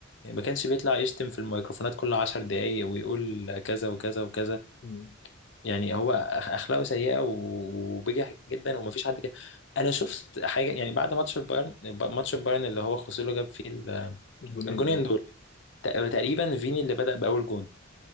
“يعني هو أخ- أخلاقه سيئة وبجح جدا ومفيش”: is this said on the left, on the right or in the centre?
Left